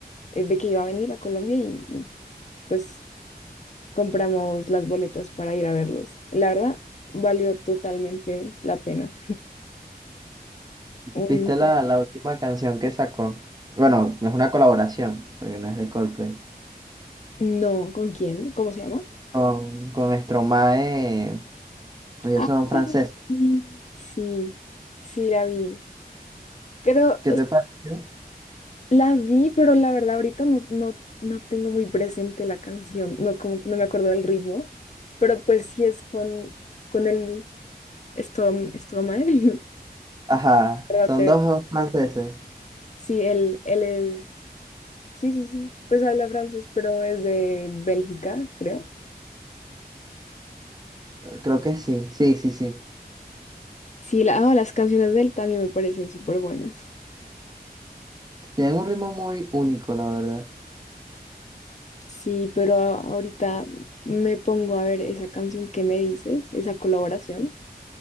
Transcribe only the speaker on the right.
¿Viste la, la última canción que sacó? Bueno, no es una colaboración, porque no es de Coldplay.
Con, con Stromae, ellos
son franceses.
¿Qué te parece?
Ajá,
son
dos franceses.
Creo que sí, sí, sí, sí.
Tienen un ritmo muy único, la verdad.